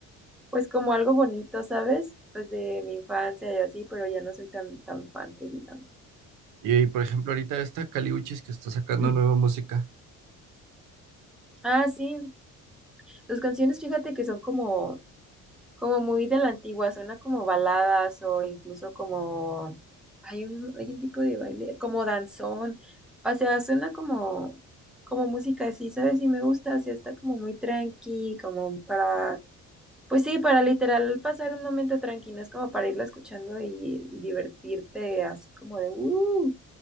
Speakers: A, in the centre; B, on the right (about 80°).
A: Pues como algo bonito, ¿sabes? Pues de mi infancia y así, pero ya no soy tan, tan fan que digamos.
B: Y, por ejemplo, ahorita esta Caliuchis que está sacando
A: Mm.
B: nueva música,
A: Ah, sí. Sus canciones, fíjate que son como, como muy de la antigua, suena como baladas o incluso como hay un, hay un tipo de baile, como danzón. O sea, suena como, como música así, ¿sabes? Y me gusta, o sea, está como muy tranqui, como para Pues sí, para literal pasar un momento tranquilo, es como para irla escuchando y, y divertirte así como de uh,